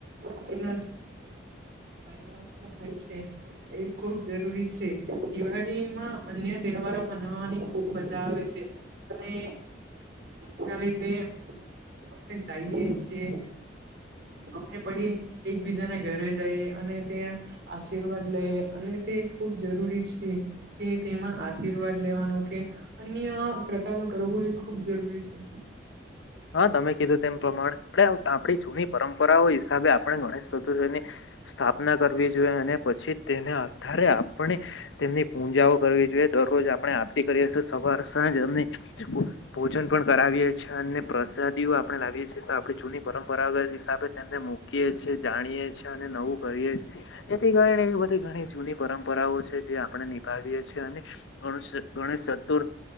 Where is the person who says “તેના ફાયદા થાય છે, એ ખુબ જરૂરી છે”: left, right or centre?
Right